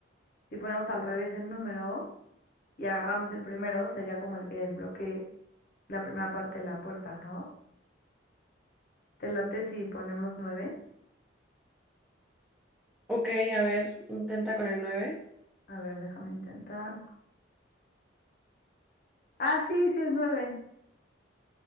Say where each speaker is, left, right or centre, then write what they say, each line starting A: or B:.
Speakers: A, on the left; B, in the centre.
A: Si ponemos al revés el número y agarramos el primero, sería como el que desbloquee la primera parte de la puerta, ¿no? ¿Te late si ponemos nueve?
B: Ok, a ver, intenta con el 9.
A: A ver, déjame intentar. Ah, sí, sí es nueve.